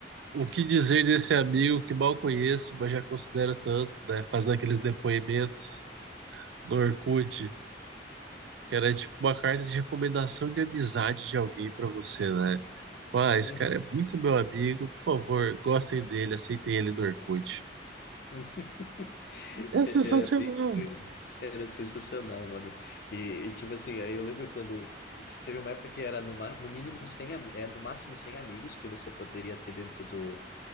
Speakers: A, on the right; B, on the left.
A: o que dizer desse amigo que mal conheço, mas já considero tanto, né? Fazendo aqueles depoimentos no Orkut, que era tipo uma carta de recomendação de amizade de alguém pra você, né? Ah, esse
B: Uhum.
A: cara é muito meu amigo, por favor, gostem dele, aceitem ele no Orkut.
B: <laughs>
A: É sensacional.
B: Era bem isso Era sensacional, mano. E, e, tipo assim, aí eu lembro quando que teve uma época que era no, ma- no mínimo 100, ami- é, no máximo 100 amigos que você poderia ter dentro do,